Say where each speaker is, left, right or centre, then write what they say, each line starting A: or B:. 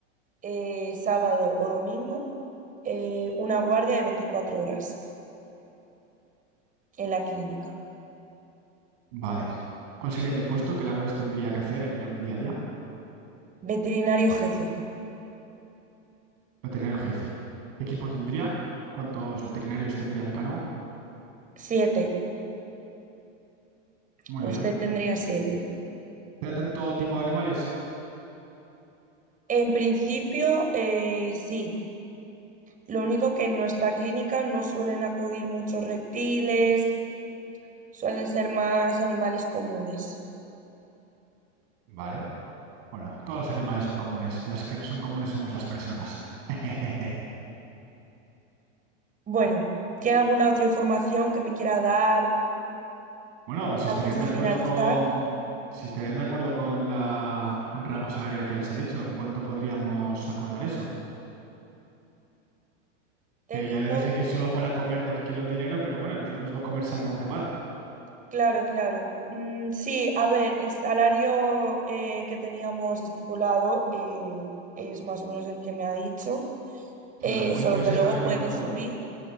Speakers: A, on the right; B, on the right.
A: eh, sábado o domingo, eh, una guardia de 24 horas en la clínica.
B: Vale. ¿Cuál sería mi puesto? ¿Qué labores tendría que hacer yo en mi día a día?
A: Veterinario jefe,
B: Veterinario jefe. ¿Qué equipo tendría? ¿Cuántos veterinarios tendría a mi cargo?
A: siete
B: Muy
A: Usted
B: bien.
A: tendría siete.
B: ¿Tratan todo tipo de animales?
A: En principio, eh, sí. Lo único que en nuestra clínica no suelen acudir muchos reptiles, suelen ser más animales comunes.
B: Vale. Bueno, todos los animales son comunes. Las que no son comunes somos las personas. <laughs>
A: Bueno, ¿tiene alguna otra información que me quiera dar
B: Bueno, si estarían
A: antes
B: de
A: de
B: acuerdo
A: finalizar?
B: con, si estarían de acuerdo con la, el rango salarial que les he dicho, ¿en cuánto podríamos acordar eso? Que
A: Teniendo,
B: ya le dije que es solo para comer lo que quiero el dinero, pero bueno, no es lo mismo comer salmón que pan.
A: claro, claro. Mm, sí, a ver, el salario eh, que teníamos estipulado eh, es más o menos el que me ha dicho,
B: Si
A: eh,
B: me lo puede
A: solo
B: decir exactamente,
A: que luego puede
B: por favor.
A: subir